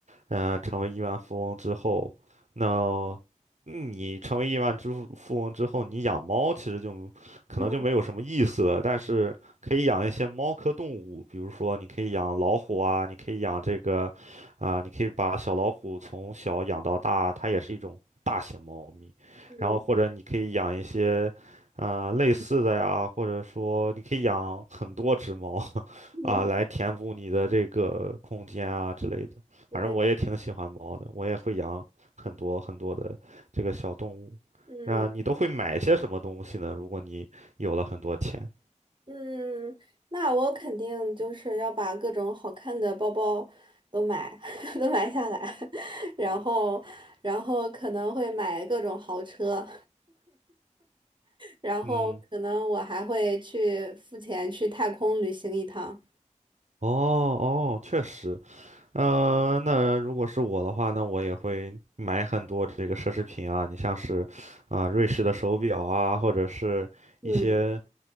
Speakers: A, on the right; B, on the right.
A: 嗯，成为亿万富翁之后，那嗯你成为亿万之富富翁之后，你养猫其实就可能就没有什么意思了，
B: 嗯
A: 但是可以养一些猫科动物，比如说你可以养老虎啊，你可以养这个，啊、你可以把小老虎从小养到大，它也是一种大型猫咪，
B: 嗯
A: 然后或者你可以养一些。啊、类似的呀，或者说你可以养很多只猫，<laughs>
B: 嗯，
A: 啊、来填补你的这个空间啊之类的。
B: 对，
A: 反正我也挺喜欢猫的，我也会养很多很多的这个小动物。
B: 嗯
A: 那你都会买些什么东西呢？如果你有了很多钱，
B: 嗯，那我肯定就是要把各种好看的包包都买 <laughs> 都买下来，<laughs> 然后然后可能会买各种豪车。然后可能我还会去付钱去太空旅行一趟。
A: 嗯，哦哦，确实，嗯、那如果是我的话，那我也会买很多这个奢侈品啊，你像是啊、瑞士的手表啊，或者是一些
B: 嗯，